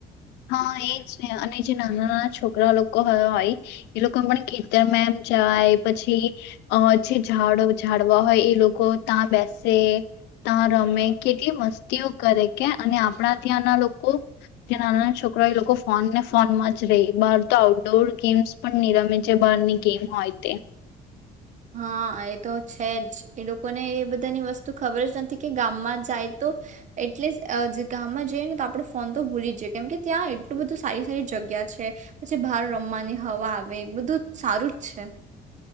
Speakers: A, on the left (about 85°); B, on the right (about 45°).
A: હા એ છે અને જે નાના નાના છોકરા લોકો હોય એ લોકો પણ ખેતરમાં એમ જાય પછી અ જે ઝાડ ઝાડવા હોય એ લોકો ત્યાં બેસે ત્યાં રમે કેટલી મસ્તીઓ કરે કે અને આપણા ત્યાંના લોકો જે નાના છોકરાએ લોકો ફોનને ફોનમાં જ રહી બહાર તો આઉટડોર ગેમ્સ પણ ની રમે છે બહારની ગેમ હોય તે
B: હા એ તો છે જ એ લોકોને એ બધાની વસ્તુ ખબર જ નથી કે ગામમાં જાય તો એટલે જ અ જ ગામમાં જઈએ ને તો આપડે ફોન તો ભૂલી જ જઈએ કેમ કે ત્યાં એટલું બધું સારી સારી જગ્યા છે પછી બહાર રમવાની હવા આવે બધું સારું જ છે.